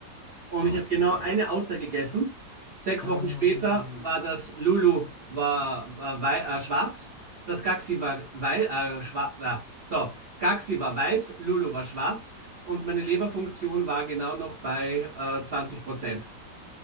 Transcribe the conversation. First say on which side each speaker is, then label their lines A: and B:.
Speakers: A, on the right; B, on the left.
A: Und
B: Ah,
A: ich habe
B: okay,
A: genau
B: geil.
A: eine Auster gegessen. Sechs
B: Ähm,
A: Wochen später war das Lulu war, war wei äh, schwarz, das Gaxi war wei äh, schwarz. Äh, so, Gaxi war weiß, Lulu war schwarz und meine Leberfunktion war genau noch bei äh, 20 Prozent.